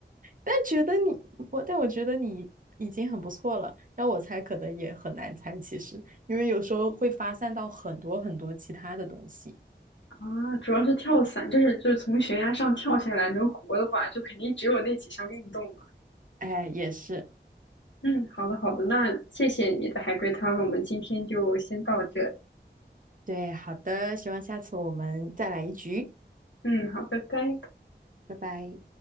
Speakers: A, on the right; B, on the left.
A: 但觉得你，我，但我觉得你已经很不错了。要我猜，可能也很难猜，其实，因为有时候会发散到很多很多其他的东西。
B: 啊，主要是跳伞，这是就是从悬崖上跳下来能活的话，就肯定只有那几项运动了。
A: 哎，也是，
B: 嗯，好的好的，那谢谢你的海龟汤，我们今天就先到这里。
A: 对，好的，希望下次我们再来一局，
B: 嗯，好，拜拜。
A: 拜拜。